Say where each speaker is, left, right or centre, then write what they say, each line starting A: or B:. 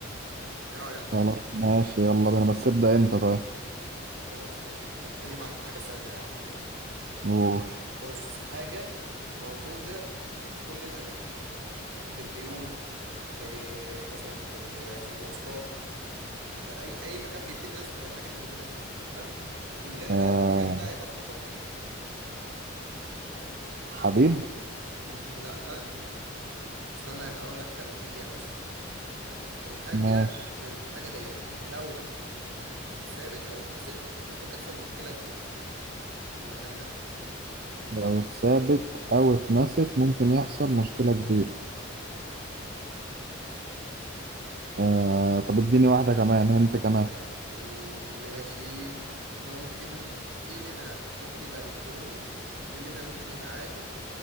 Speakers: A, on the right (about 75°); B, on the right (about 50°).
A: ايه رايك
B: خلاص ماشي يلا بينا بس ابدأ انت طيب
A: خلاص ماشي هبتدي معاك بحاجه سهله يا عم
B: قول
A: بص حاجه موجوده في كل الاماكن في البيوت في مثلا في ال- في المواصلات في اي اي مكان بيتبني لازم تبقى الحاجه دي موجوده فيه تمام من غيرها
B: آه
A: المكان ده هيبقى في خطر كبير
B: حديد
A: م- لا استنى اقول لك تلميح ليها مثلا الحاجه
B: ماشي
A: في الحاجه ديت لو اتثابت او اتنست ممكن تحصل مشكله كبيره في المكان ده
B: لو اتثابت او اتنست ممكن يحصل مشكلة كبيرة آه طب اديني واحدة كمان انت كمان
A: م- ماشي ممكن في منها ممكن يبقى الكتروني في منها ممكن يبقى عادي